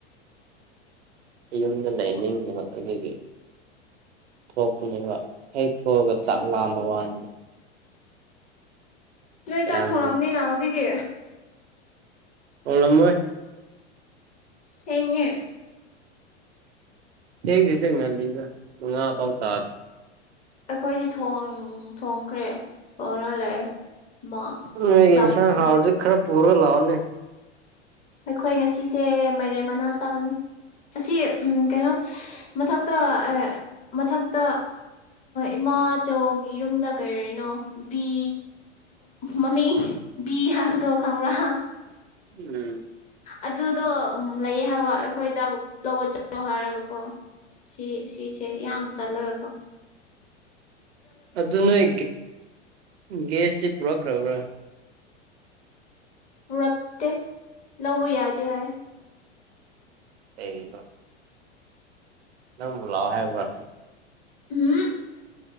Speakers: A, on the right (about 65°); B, on the left (about 20°).
A: ꯌꯨꯝꯗ ꯂꯩꯅꯤꯡꯕꯒꯤ ꯊꯣꯛꯄꯅꯦꯕ ꯑꯩ ꯊꯣꯛꯑꯒ ꯆꯥꯛ ꯂꯥꯑꯝꯕ ꯋꯥꯅꯤꯗ
B: ꯅꯣꯏ ꯆꯥꯛ
A: ꯌꯥꯝ
B: ꯊꯣꯡꯡꯂꯕꯅꯤꯅ ꯍꯧꯖꯤꯛꯇꯤ
A: ꯑꯣꯂꯝꯕ
B: ꯊꯦꯡꯉ
A: ꯑꯦ ꯇ ꯉ ꯂꯤꯗ ꯃꯨ ꯉ ꯄꯥꯎꯇ
B: ꯑꯩꯈꯣꯏꯗꯤ ꯊꯣꯡꯈ꯭ꯔꯦ ꯊꯣꯡꯉ ꯂꯩ ꯃꯥ
A: ꯃ
B: ꯆꯥꯛꯇꯣ
A: ꯏꯁꯥ ꯍꯥꯎꯔꯖ ꯈꯔ ꯄꯔꯒ ꯂꯥꯎꯦ
B: ꯑꯩꯈꯣꯏ ꯉꯁꯤꯁꯦ ꯃꯥꯏꯔꯦꯟ ꯃꯅꯥ ꯆꯥꯒꯅꯤ ꯑꯁꯤ ꯎ ꯀꯩꯅꯣ ꯃꯊꯛꯇ ꯃꯊꯛꯇ ꯏꯃꯥꯆꯧꯒꯤ ꯌꯨꯝꯗ ꯀꯔꯤꯔꯤꯅꯣ ꯕꯤ ꯃꯃꯤ ꯕꯤ ꯍꯥꯏꯕꯗꯣ ꯈꯪꯕ꯭ꯔꯥ
A: ꯎꯝ
B: ꯑꯗꯨꯗꯣ ꯎ ꯂꯩꯌꯦ ꯍꯥꯏꯕ ꯑꯩꯈꯣꯏ ꯗꯥꯕꯨ ꯂꯧꯕ ꯆꯠꯂꯣ ꯍꯥꯏꯔꯒꯀꯣ ꯁꯤ ꯁꯤꯁ ꯌꯥꯝꯝ ꯇꯂꯒꯀꯣ
A: ꯑꯗꯨ ꯅꯣꯏ ꯒꯦꯁꯇꯤ ꯄꯨꯔꯛꯈ꯭ꯔꯕ꯭ꯔꯥ
B: ꯎꯔꯛꯇꯀ ꯂꯕ ꯌꯥꯗꯦ ꯍꯥꯏꯌꯦ
A: ꯑꯩ ꯅꯂꯥꯎꯑꯣ ꯍꯥꯏꯦꯕ꯭ꯔ
B: ꯎꯝ